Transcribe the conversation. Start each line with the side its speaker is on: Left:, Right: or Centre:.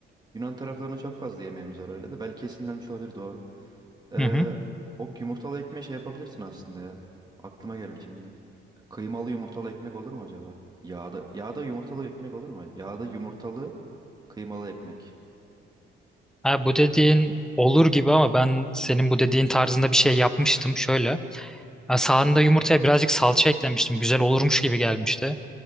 Right: Yunan taraflarına çok fazla yemeğimiz var öyle de belki esinlenmiş olabilir doğru. Ee,
Centre: Hı hı.
Right: o yumurtalı ekmeği şey yapabilirsin aslında ya. Aklıma geldi şimdi. Kıymalı yumurtalı ekmek olur mu acaba? Yağda, yağda yumurtalı ekmek olur mu? Yağda yumurtalı kıymalı ekmek.
Centre: Abi bu dediğin olur gibi ama ben senin bu dediğin tarzında bir şey yapmıştım şöyle. Ha, Sağında yumurtaya birazcık salça eklemiştim. Güzel olurmuş gibi gelmişti.